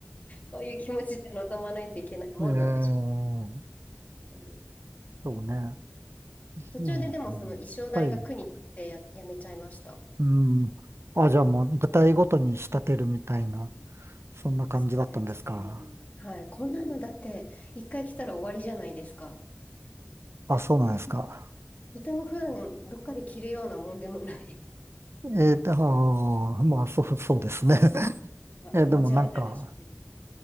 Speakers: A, on the left (about 35°); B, on the right (about 65°).
A: そういう気持ちで臨まないといけないもんなんでし
B: えー、
A: ょうね。うん
B: そうね。
A: 途中ででもその衣装代が苦になってや、
B: うん、はい。
A: やめちゃいました。
B: うん。あ、じゃあもう、舞台ごとに仕立てるみたいな、そんな感じだったんですか。
A: そうですね。はい。こんなのだって一回来たら終わりじゃないですか。
B: あ、そうなんですか。
A: とて、とても普段どっかで着るようなもんでもない。
B: えーと、あーまあ、そう、そうですね。<laughs>
A: <laughs> あんなジャラジャラして。
B: えーでもなんか、